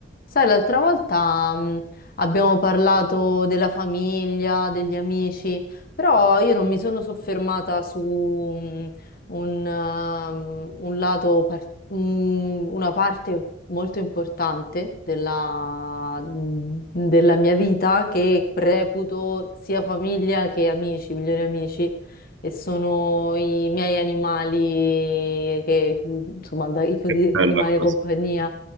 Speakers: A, on the left; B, on the right.
A: Sai, l'altra volta mh, abbiamo parlato della famiglia, degli amici, però io non mi sono soffermata su mh, un, ehm, un lato, par- mh, una parte molto importante della, mhmm, della mia vita che reputo sia famiglia che amici, migliori amici, e sono i miei animali, che, mhmm, insomma, dai, così,
B: Che bella
A: animali
B: cosa.
A: di compagnia